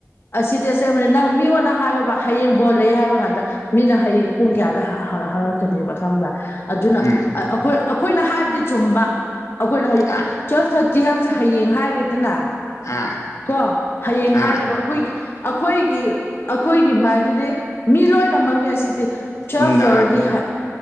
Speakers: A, on the left (about 45°); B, on the left (about 75°).
A: ꯑꯁꯤꯗꯤ ꯑꯁꯦꯡꯕꯅꯤ ꯅꯪ ꯃꯤꯉꯣꯟꯗ ꯍꯥꯏꯌꯣꯕ ꯍꯌꯦꯡ ꯕꯣꯜꯂꯦ ꯍꯥꯏꯕ ꯀꯥꯟꯗ ꯃꯤꯅ ꯍꯌꯦꯡ ꯄꯨꯡ ꯀꯌꯥꯗ ꯍꯪ ꯍꯪ ꯍꯪꯉꯛꯀꯅꯦꯕ ꯈꯪꯕ꯭ꯔꯥ ꯑꯗꯨꯅ
B: ꯎꯝ
A: ꯑꯩꯈꯣꯏ ꯑꯩꯈꯣꯏꯅ ꯍꯥꯏꯕꯗꯤ ꯆꯨꯝꯕ ꯑꯩꯈꯣꯏꯅ ꯍꯥꯏ
B: ꯑꯥ
A: ꯇꯨꯋꯦꯜꯞ ꯊꯥꯔꯇꯤ ꯍꯥꯏꯕꯁꯦ ꯍꯌꯦꯡ ꯍꯥꯏꯔꯦꯗꯅ꯫
B: ꯑꯥ
A: ꯀꯣ ꯍꯌꯦꯡ
B: ꯑꯥ
A: ꯍꯥꯏꯔꯕ ꯑꯩꯈꯣꯏꯒꯤ ꯑꯩꯈꯣꯏꯒꯤ ꯑꯩꯈꯣꯏꯒꯤ ꯃꯥꯏꯟꯗꯨꯗꯤ ꯃꯤ ꯂꯣꯏꯅꯃꯛꯅ‌ꯦ ꯑꯁꯤꯗꯤ ꯇꯨꯋ‌ꯦꯜꯐ
B: ꯅꯨꯡꯗꯥꯡ
A: ꯌꯧꯔꯗꯤ ꯍ